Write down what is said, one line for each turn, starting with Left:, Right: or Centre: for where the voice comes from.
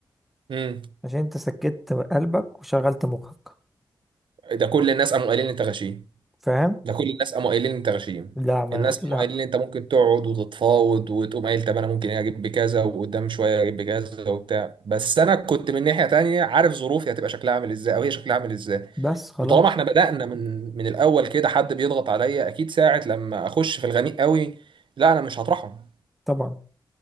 Right: امم
Centre: عشان انت سكت قلبك وشغلت مخك
Right: ده كل الناس قاموا قايلين لي انت غشيم
Centre: فاهم
Right: ده كل الناس قاموا قايلين انت غشيم
Centre: لا ما
Right: الناس
Centre: لا
Right: قاموا قايلين انت ممكن تقعد وتتفاوض وتقوم قايل طب انا ممكن إيه اجيب بكذا وقدام شويه اجيب بكذا وبتاع بس انا كنت من ناحيه تانية عارف ظروفي هتبقى شكلها عامل ازاي او هي شكلها عامل ازاي
Centre: بس خلاص
Right: وطالما احنا بدأنا من من الاول كده حد بيضغط عليا اكيد ساعه لما اخش في الغميق قوي لا انا مش هطرحهم
Centre: طبعا